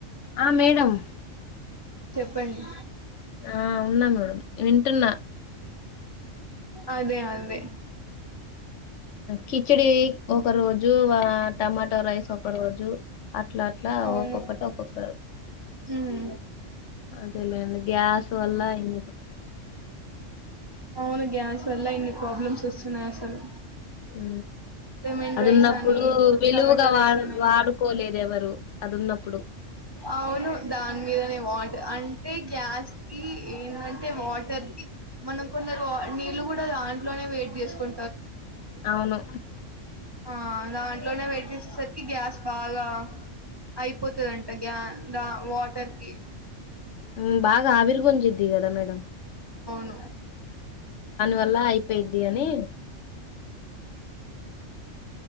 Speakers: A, on the left; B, on the right.
A: ఆ మేడమ్
B: ప్పండి
A: ఆ ఉన్నా మేడం వింటున్నా
B: అద అదే
A: కిచిడి ఒక రోజు వ టమాటా రైస్ ఒక రోజు అట్లా అట్లా
B: అవును
A: ఒక్కొక్కటి ఒక్కొక్కరు
B: ఉమ్
A: అదేలేండి గ్యాస్ వల్లఇం
B: అవును గ్యాస్ వల్ల ఇన్ని ప్రాబ్లమ్స్ వస్తున్నాయి అసలు
A: ఊ
B: లెమన్
A: అదున్నప్పుడు
B: రైస్ అని
A: విలువగా
B: టమాటా
A: వా
B: రైస్ అని అని.
A: వాడుకోలేరుఎవరు అదున్నప్పుడు
B: అవును దాని మీదనే వాట అంటే గ్యాస్ కి ఏంటంటే వాట <inaudible> మనం కొందరు నీళ్ళుకూడా దాంట్లోనే వెడ్. చేసుకుం
A: అవును
B: ఆ దాంట్లోనే వేడి జేసేసరికి గ్యాస్ బాగా అయిపోతదంట గ్యా దా వాటర్ కి
A: ఉ బాగా ఆవిరి గుంజుద్ది గదా మేడమ్
B: అ ఉ
A: వల్ల అయిపోయిద్ది అని